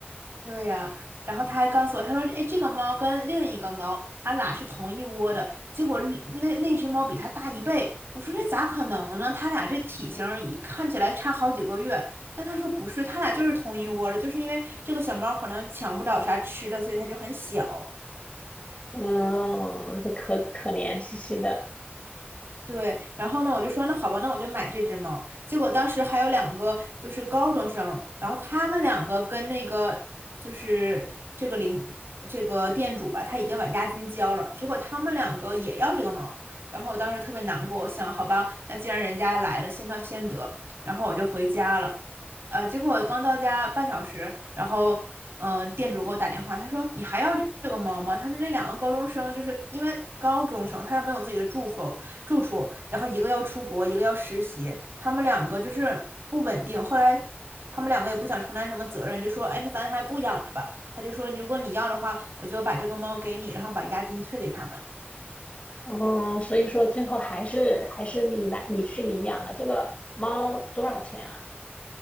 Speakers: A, on the right; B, on the left.
A: 对呀、然后他还告诉我，他说：“哎，这个猫跟另一个猫，它俩是同一窝的，结果那那只猫比它大一倍。”我说：“这咋可能呢？它俩这体型儿一看起来差好几个月。”那他说：“不是，它俩就是同一窝的，就是因为这个小猫可能抢不了啥吃的，所以它就很小。”
B: 嗯，就可可怜兮兮的。
A: 对，然后呢，我就说那好吧，那我就买这只猫。结果当时还有两个就是高中生，然后他们两个跟那个就是这个领这个店主吧，他已经把押金交了，结果他们两个也要这个猫。然后我当时特别难过，我想好吧，那既然人家来了，先到先得。然后我就回家了，呃，结果我刚到家半小时，然后嗯、呃店主给我打电话，他说你还要这个猫吗？他说那两个高中生就是因为高中生，他又没有自己的住房。住处，然后一个要出国，一个要实习，他们两个就是不稳定。后来他们两个也不想承担什么责任，就说：“哎，那咱还不养了吧？”他就说：“如果你要的话，我就把这个猫给你，然后把押金退给他们。”
B: 哦，所以说最后还是还是你来你去领养了这个猫多少钱啊？